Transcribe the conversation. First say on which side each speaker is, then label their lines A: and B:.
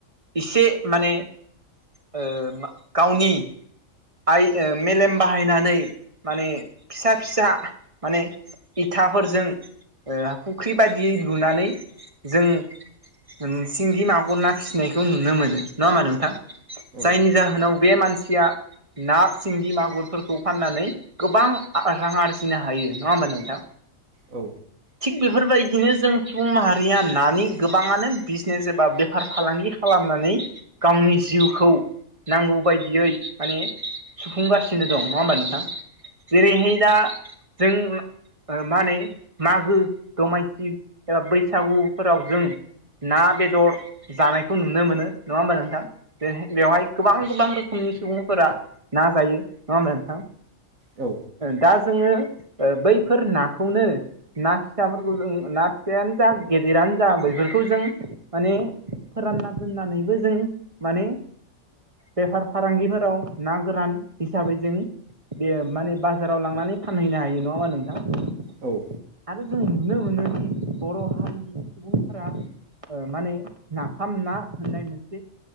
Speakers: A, on the right (about 25°); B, on the right (about 80°).
A: एसे माने ओ गावनि आइ मेलेम बाहायनानै माने फिसा फिसा माने इथाफोरजों फुख्रि बायदियै लुनानै जों सिंगि मागुर ना फिसिनायखौ नुनो मोनो नङा मा नों
B: औ
A: जायनि जाहोनाव बे मानसिया ना सिंगि मागुरफोरखौ फाननानै गोबां रां आरजिनो हायो नङा होमबा नोंथां
B: औ
A: थिग बेफोरबायदिनो जों सुबुं माहारिया नानि गोबाङानो बिजनेस एबा बेफार फालांगि खालामनानै गावनि जिउखौ नांगौ बायदियै माने सुफुंगासिनो दं नङा होमबा नोंथां जेरैहाय दा जों मा होनो मागो दमासि एबा बैसागुफोराव जों ना बेदर जानायखौ नुनो मोनो नङा होमबा जों थ बेवहाय गोबां गोबां रोखोमनि सुबुंफोरा ना जायो नङा होमब्ला नोंथां
B: औ
A: दा जोङो बैफोर नाखौनो ना फिसाफोरखौ जों ना फिायानो जा गेदेरानो जा बैफोरखौ जों माने फोरानना दोननानैबो जों माने बेफार फालांगिफोराव ना गोरान हिसाबै जों बेयो माने बाजाराव लांनानै फानहैनो हायो नङामा नोंथां
B: औ
A: आरो जों मोनो मोन बर' हारिनि सुबुंफोरा माने नाफाम ना होननाय मोनसे